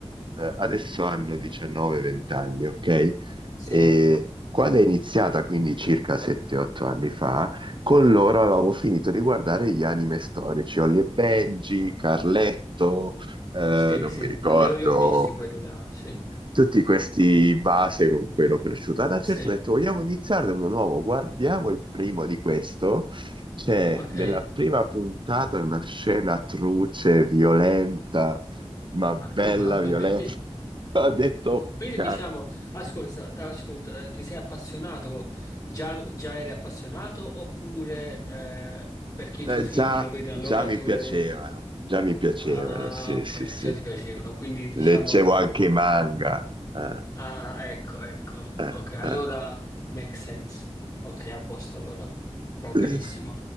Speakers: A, on the right; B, on the left.
A: eh, adesso hanno 19-20 anni, ok?
B: Sì,
A: E quando è iniziata, quindi circa 7-8 anni fa, con loro avevamo finito di guardare gli anime storici, Holly e Benji, Carletto, eh,
B: sì,
A: non
B: sì,
A: mi ricordo
B: li ho, li ho visti quelli là, sì,
A: tutti questi base con cui ero cresciuto. Ad una certa
B: sì,
A: ho detto, vogliamo iniziare da uno nuovo, guardiamo il primo di questo. C'è
B: ok,
A: nella prima puntata una scena truce, violenta, ma
B: <laughs>
A: bella,
B: mamma
A: violenta.
B: mia.
A: <laughs> Ho detto,
B: Quindi
A: "Cazzo,
B: diciamo, ascolta, ascolta, eh, ti sei appassionato, già, già eri appassionato oppure eh, perché i
A: eh,
B: tuoi figli
A: già,
B: lo vedono
A: già
B: allora
A: mi
B: tu...
A: piacevano,
B: le- eh,
A: già mi piacevano,
B: Ah,
A: sì,
B: ok,
A: sì, sì.
B: già ti piacevano, quindi diciamo...
A: Leggevo anche i manga. Eh,
B: Ah, ecco, ecco.
A: eh,
B: Ok, allora make sense. Ok, a posto allora. Va benissimo.
A: eh.